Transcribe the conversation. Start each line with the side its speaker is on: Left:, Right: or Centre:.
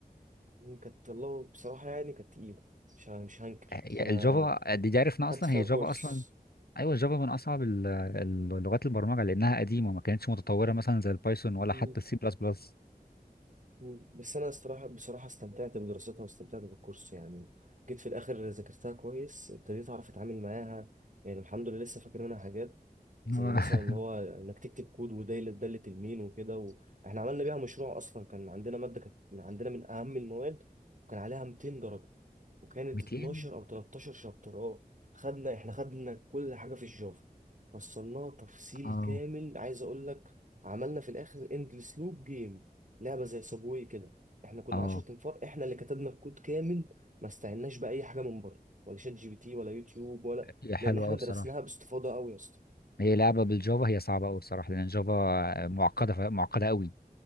Right: مم. كانت والله بصراحه يعني كانت تقيله مش ه- مش هنكر
Left: الجافا
Right: انا
Left: دي دي عرفنا
Right: خدت
Left: أصلا
Right: فيها
Left: هي جافا
Right: كورس
Left: أصلا ايوه جافا من اصعب ال- ال- لغات البرمجه لانها قديمه ما كانتش متطوره مثلا زي البايثون ولا
Right: مم.
Left: حتى السي بلس بلس
Right: مم. بس انا الصراحه بصراحه استمتعت بدراستها واستمتعت بالكورس يعني جيت في الاخر ذاكرتها كويس ابتديت اعرف اتعامل معاها يعني الحمد لله لسه فاكر منها حاجات
Left: <laughs>
Right: زي مثلا ان هو انك تكتب كود وده اللي ده اللي تلمين وكده واحنا عملنا بيها مشروع اصلا كان عندنا ماده كانت عندنا من اهم المواد وكان عليها 200 درجه وكانت
Left: 200
Right: 12 او 13 شابتر اه خدنا احنا خدنا كل حاجه في الجافا فصلناها تفصيل
Left: اه
Right: كامل عايز اقول لك عملنا في الاخر اندلس لوب جيم لعبه زي صابواي كده احنا كنا
Left: اه
Right: 10 تنفار احنا اللي كتبنا الكود كامل ما استعناش باي حاجه من بره ولا شات جي بي تي ولا يوتيوب ولا
Left: هي حلوه
Right: لان احنا
Left: قوي
Right: درسناها
Left: بصراحه
Right: باستفاضه قوي يا اسطى
Left: هي لعبه بالجافا هي صعبه قوي بصراحه لان الجافا معقده ف- معقده قوي